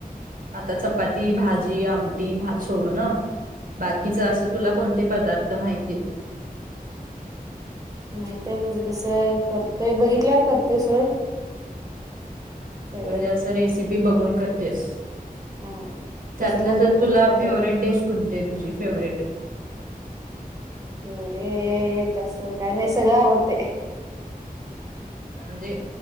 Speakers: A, on the right; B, on the right.
A: आता चपाती भाजी आमटी भात सोडू ना बाकीच
B: हा
A: असं तुला कोणते पदार्थ माहिती
B: माहित आहे म्हणजे तसं करतोय बघितल्यावर करतोय सोड सगळं
A: म्हणजे असं रेसिपी बघून करतेस
B: हा
A: त्यातलं
B: तसं बघून
A: तर तुला
B: पण करता
A: फेवर्हेट
B: ते
A: डिश कुठती आहे तुझी फेवरेट
B: हो रेट अससं काय नाही सगळं आवडते
A: म्हणजे